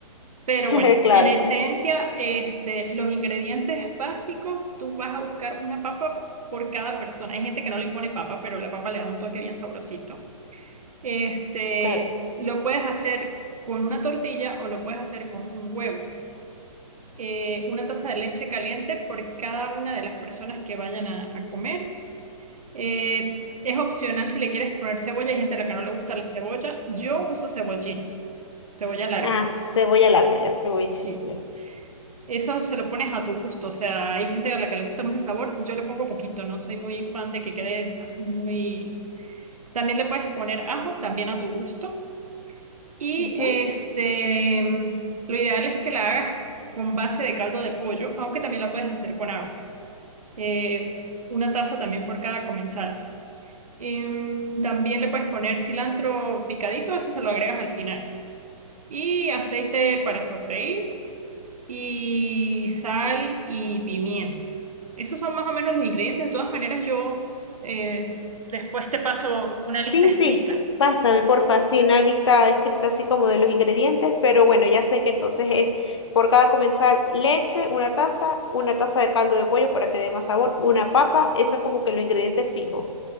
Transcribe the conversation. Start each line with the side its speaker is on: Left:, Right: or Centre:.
Right: Pero
Left: <laughs>
Right: bueno,
Left: Claro,
Right: en esencia, este, los ingredientes básicos, tú vas a buscar una papa por cada persona. Hay gente que no le pone papa, pero la papa le da un toque bien sabrosito. Este,
Left: claro.
Right: lo puedes hacer con una tortilla o lo puedes hacer con un huevo. Eh, una taza de leche caliente por cada una de las personas que vayan a, a comer. Eh, es opcional si le quieres poner cebolla. Hay gente a la que no le gusta la cebolla. Yo uso cebollín, cebolla larga.
Left: Ah, cebolla larga, ya cebolla
Right: Sí.
Left: simple.
Right: Eso se lo pones a tu gusto, o sea, hay gente a la que le gusta más el sabor, yo le pongo poquito, no soy muy fan de que quede muy... También le puedes poner ajo, también a tu gusto. Y
Left: Ujú.
Right: este, lo ideal es que la hagas con base de caldo de pollo, aunque también la puedes hacer con agua. Eh, una taza también por cada comensal. Em, también le puedes poner cilantro picadito, eso se lo agregas al final. Y aceite para sofreír y sal y pimienta. Esos son más o menos los ingredientes. De todas maneras, yo eh, después te paso una lista
Left: Sí,
Right: escrita.
Left: sí, pásame porfa, sí, una lista escrita así como de los ingredientes, pero bueno, ya sé que entonces es por cada comensal leche, una taza, una taza de caldo de pollo para que dé más sabor, una papa, eso es como que los ingredientes fijos.